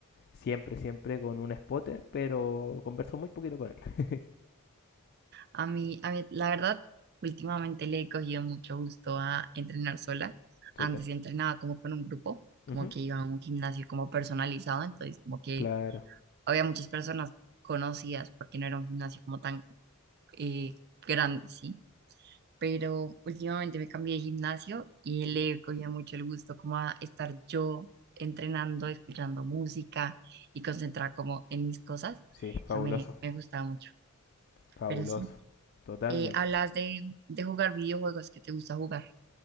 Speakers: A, on the left (about 50°); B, on the right (about 50°).
A: siempre, siempre con un spotter, pero converso muy poquito con él.
B: A mí, a mí, la verdad, últimamente le he cogido mucho gusto a entrenar sola.
A: Súper.
B: Antes entrenaba como con un grupo,
A: Ujú,
B: como que iba a un gimnasio como personalizado, entonces como que
A: Claro,
B: había muchas personas conocidas porque no era un gimnasio como tan eh, grande, ¿sí? pero últimamente me cambié de gimnasio y le cogía mucho el gusto como a estar yo entrenando, escuchando música y concentrada como en mis cosas.
A: sí, fabuloso,
B: Eso me, me gustaba mucho.
A: fabuloso,
B: Pero sí,
A: totalmente.
B: eh, hablas de, de jugar videojuegos que te gusta jugar.